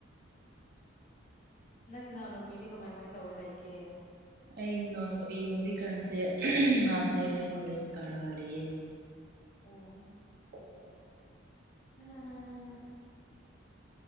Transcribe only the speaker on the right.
ꯑꯩ ꯏꯅꯥꯎꯅꯨꯄꯤ ꯍꯧꯖꯤꯛꯀꯥꯟꯁꯦ ꯃꯥꯁꯦ ꯀꯣꯂꯦꯖ ꯀꯥꯔꯒ ꯂꯩꯌꯦ
<inaudible>